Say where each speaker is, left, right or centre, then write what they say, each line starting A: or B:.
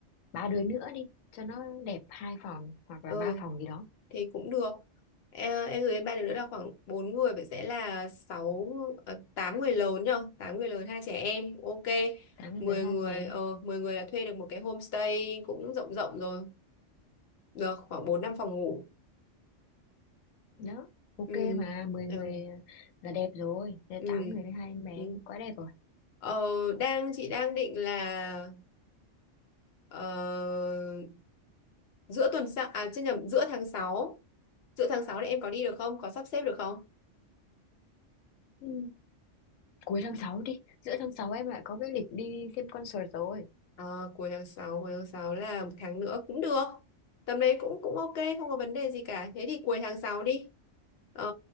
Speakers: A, on the left; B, on the left.
A: ba đứa nữa đi cho nó đẹp hai phòng hoặc là
B: Ừ
A: ba phòng gì đó
B: thì cũng được. Ờ, Em gửi lên ba đứa nữa là khoảng bốn người vậy sẽ là sáu ờ, tám người lớn nhờ, tám người lớn hai trẻ em. Ok.
A: tám người
B: mười
A: lớn hai
B: người
A: em bé
B: ờ mười người là thuê được một cái homestay cũng rộng rộng rồi. Được khoảng 4 5 phòng ngủ.
A: đó ok
B: Ừ.
A: mà 10 người
B: Ừ.
A: là đẹp rồi Thế
B: Ừ.
A: tám người với hai em bé
B: ừ.
A: quá đẹp rồi
B: Ờ, đang chị đang định là ờ, giữa tuần sau à chứ nhầm giữa tháng sáu, giữa tháng 6 thì em có đi được không có sắp xếp được không
A: ừ. cuối tháng 6 đi giữa tháng 6 em lại có cái lịch đi xem concert rồi
B: Ờ, cuối tháng sáu, cuối tháng sáu là một tháng nữa cũng được tầm đấy cũng cũng ok không có vấn đề gì cả thế thì cuối tháng 6 đi ờ,